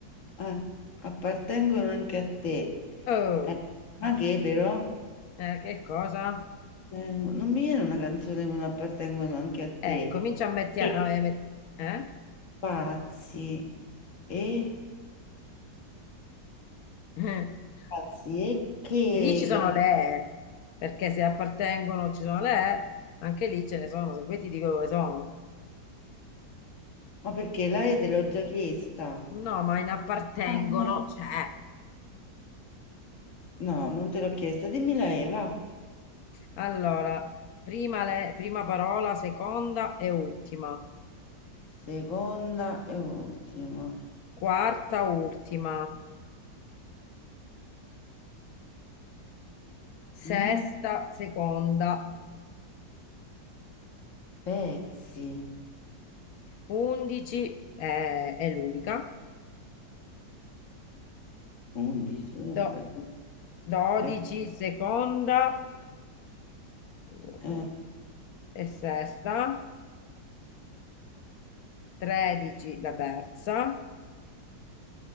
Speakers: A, on the left; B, on the left.
A: Eh, appartengono anche a te.
B: Oh,
A: Eh, ma che però?
B: eh, che cosa?
A: Eh, non mi viene una canzone che non appartengono anche a te.
B: Eh, incomincia a mettere...
A: Che
B: Eh?
A: pazzi. E
B: <laughs>
A: pazzi e che?
B: Lì ci sono le E, perché se appartengono ci sono le E, anche lì ce ne sono, se vuoi ti dico dove sono.
A: Ma perché la E te l'ho già chiesta?
B: No, ma in appartengono
A: Ah, no.
B: c'è.
A: No, non te l'ho chiesta. Dimmela Eva.
B: Allora, prima, le- prima parola, seconda e ultima,
A: Seconda e ultima.
B: quarta, ultima,
A: Men-
B: sesta, seconda,
A: Pezzi.
B: undici eh, è l'unica,
A: 11.
B: Do-
A: Aspetta.
B: dodici,
A: Ecco.
B: seconda, 2,
A: Eh,
B: 4 e sesta, 13 la terza,